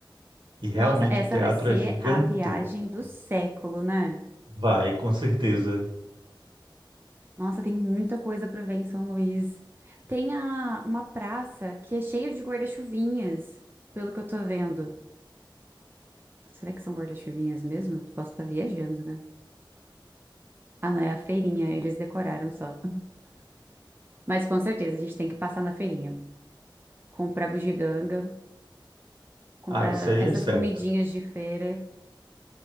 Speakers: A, on the right (about 65°); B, on the right (about 25°).
A: E realmente
B: Nossa, essa
A: o teatro
B: vai ser
A: é gigantesco.
B: a viagem do século, né?
A: Vai, com certeza.
B: Nossa, tem muita coisa para ver em São Luís. Tem a, uma praça que é cheia de guarda-chuvinhas, pelo que eu tô vendo. Será que são guarda-chuvinhas mesmo? Posso estar viajando, né? Ah, não, é a feirinha, eles decoraram só. Mas com certeza a gente tem que passar na feirinha. Comprar bugiganga, comprar
A: Ah, isso aí
B: essas
A: é certo.
B: comidinhas de feira.